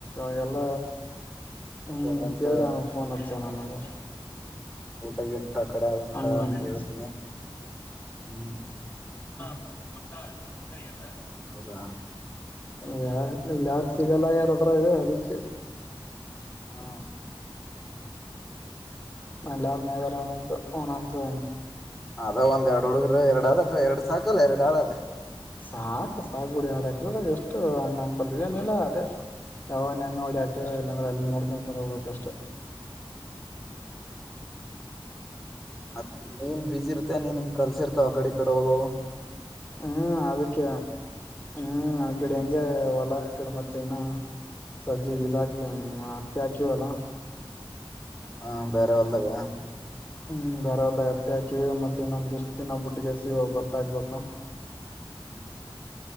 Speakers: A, on the left; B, in the centre.
A: ಇಗೆಲ್ಲ ಹ್ಮ್
B: ಪೇಮೆಂಟ್
A: ಕೇಳ ನಾನ ಫೋನ್ ಹಚ್ಚ ನನಗೆ
B: ಊಟಗಟ್ಟ ಕಡೆ ಅದಂತ
A: ಹ್ಮ್
B: ಅಂತ ಹೇಳ್ತೀನಿ ಹ್ಮ್
A: ಮಪಟ್ಟ ಆರ್ಚಿಿಕೂಡೆಯಲ್ಲ
B: ಹೌದಾ
A: ಯ ಎಲ್ಲಾರ್ ಸಿಗಲ್ಲ ಯಾರದ್ರಾಗ ಅದಕ್ಕೆ
B: ಹಾ
A: ಎಲ್ಲಾರನೇರಾನ ಓಣನ್ ತು
B: ಅದ ಒಂದ ಎರ ಹುಗ್ರ ಎರಡ್ ಆದದ ಎರಡ್ ಸಾಕಲ್ ಎರಡು ಹಾಳಾದ್ರಿ
A: ಸಾಕ್ು ಸಾಕು ಗುಡಿ ಆಡಾಕ ಅದ ಎಷ್ಟು ಅಣ್ಣಪಲ್ ಏನಿಲ್ಲ ಅದೇ ಯಾವ ನೆಣ್ಣು ಹೊಡಕ ಇಲ್ಲಾಂದ್ರೆ ಅಲ್ಲಿ ನೋಡ್ಕೊಂಡ ಕುೊಂಡ ಹೋಗ್ಕಷ್ಟ
B: ಮ ಏನ್ ಬಸಿ ಇರುತ್ತೆ ನೀನ್ಗೆ ಕಲ್ಸಿರ್ತಾವ ಆ ಕಡೆ ಕಡೆ ಹೋಗ
A: ಹ್ಮ್ ಅದಕ್ಕೆ ಹ್ಮ್
B: ಹ್ಮ್
A: ಕಡಿ ಹೆಂಗೆ ಹೊಲ ಕಡೆ ಮತ್ತೆ ಏನ ಸಜಿ ಇದಾಕ್ ಹತ್ತಿ ಹಾಕಿವಲ್ಲ
B: ಹಾ ಬೇರೆ ಒಲ್ಲವ
A: ಹ್ಮ್ ಬೇಾರ ಒಲ್ದ ಅತ್ತೆ ಹಾಕಿವವಿ ಮತ್ತೆ ಇನ್ನೊಂದ ಎಷ್ಟ ದಿನ ಬುಟ್ಟಿಗೆ ಸಿ ಬತ್ತಾಕ್ಬೇಕು
B: ಹ್ಮ್